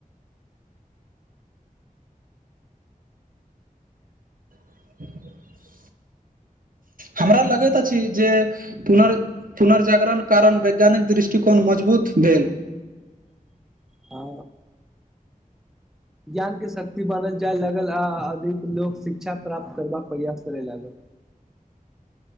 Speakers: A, on the right; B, in the centre.
A: <inaudible> हमरा लगैत अछि जे पुनर पुनर्जागरण कारण वैज्ञानिक दृष्टिकोण मजबूत भेल
B: आ ज्ञान के शक्ति बनल जाय लागल आ अधिक लोक शिक्षा प्राप्त करबाक प्रयास करे लागल